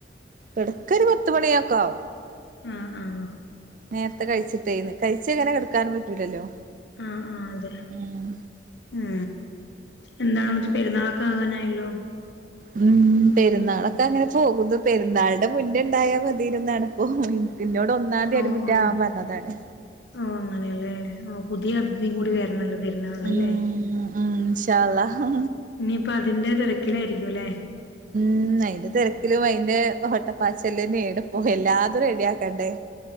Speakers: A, on the right; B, on the left.
A: ഇടക്ക് ഒരു പത്ത് മണിയൊക്കാവും
B: ആഹ് ആഹ്
A: നേര്ത്തെ കഴിച്ചിട്ടേന്ന് കഴിച്ച ഇങ്ങനെ കെട്ക്കാനും പറ്റൂലല്ലോ
B: ആഹ് ആഹ് അതെ
A: ഉം
B: മ് എന്താന്നിട്ട് പെരുന്നാളൊക്കെ ആകാനായല്ലോ
A: മ് പെരുന്നാളൊക്കെ അങ്ങനെ പോകുന്നു പെരുന്നാള്ടെ മുന്നെ ഇണ്ടായാൽ മതിന്നാണ് ഇപ്പൊ എന്നോട് ഒന്നാംന്തി അഡ്മിറ്റാവാ
B: ഓഹ് ഓഹ്
A: പർഞ്ഞതാണ്
B: ഓഹ് അങ്ങനെയല്ലേ ഓഹ് പുതിയ അതിതിം കൂടി വര്ണല്ലോ പെര്ന്നാള്ന്ല്ലേ
A: ഉം ഉം ഇൻഷാ അല്ലാഹ്
B: ഇനിപ്പൊ അതിന്റെ തിരക്കിലായിരിക്കും അല്ലേ
A: മ് അയ്ന്റെ തിരക്കിലും അയ്ന്റെ ഓട്ടപാച്ലും <unintelligible> ഇപ്പൊ എല്ലാതും റെഡിയാക്കണ്ടേ